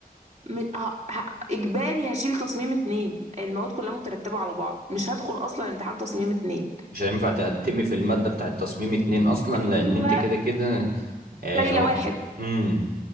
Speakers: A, on the right; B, on the right.
A: م... ه... ه... اجباري هشيل تصميم اتنين المواد كلها مترتبه على بعض مش هدخل اصلا امتحان تصميم اتنين
B: مش هينفع تقدمي في المادة بتاعة تصميم اتنين أصلا
A: ايوه
B: لأن أنت كده كده آه،
A: شايله
B: و-
A: واحد
B: امم